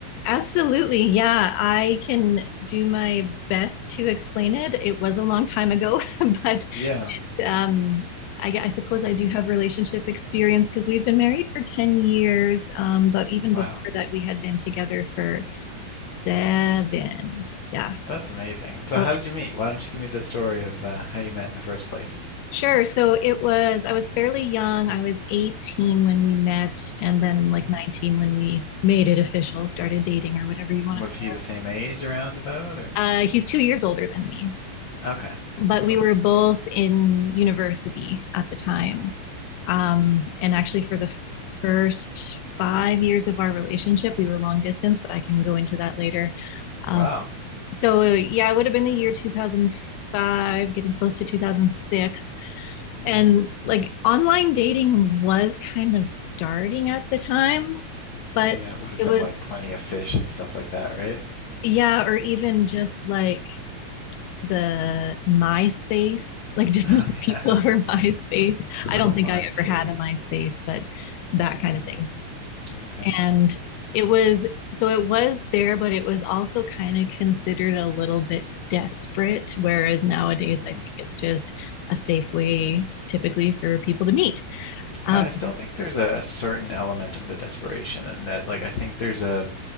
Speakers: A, on the left; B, on the left.
A: Absolutely. Yeah, I can do my best to explain it. It was a long time ago, <laughs> but it,
B: Yeah.
A: um, I, gue- I suppose I do have relationship experience because we've been married for 10 years. Um, but even
B: Wow.
A: before that, we had been together for seven. Yeah.
B: That's amazing. And so
A: So
B: how
A: it-
B: did you meet? Why don't you give me the story of uh, how you met in the first place?
A: sure. So it was, I was fairly young. I was 18 when we met, and then like
B: Hmm.
A: 19 when we made it official, started dating or whatever you want
B: Was
A: to call
B: he the
A: it.
B: same age around about or?
A: Uh, he's two years older than me.
B: Okay.
A: but
B: Cool.
A: we were both in university at the time.
B: Mm.
A: Um, and actually, for the first five years of our relationship, we were long distance, but I can go into that later. Um,
B: Wow.
A: so, yeah, it would have been the year 2005, getting close to 2006.
B: hmm
A: And like online dating was kind of starting at the time, but
B: Yeah, it would have
A: it
B: been
A: was,
B: like plenty of fish and stuff like that, right?
A: yeah, or even just like the MySpace, like just
B: <laughs>
A: <laughs> meeting
B: Yeah,
A: people over MySpace.
B: yeah. <laughs>
A: I
B: Oh,
A: don't think
B: MySpace.
A: I ever had a MySpace, but that kind
B: Mm,
A: of thing.
B: okay.
A: And it was so it was there, but it was also kind of considered a little bit desperate. Whereas nowadays,
B: hmm
A: I think it's just a safe way typically for people to meet. Um,
B: I I still think there's a, a certain element of the desperation, and that, like, I think there's a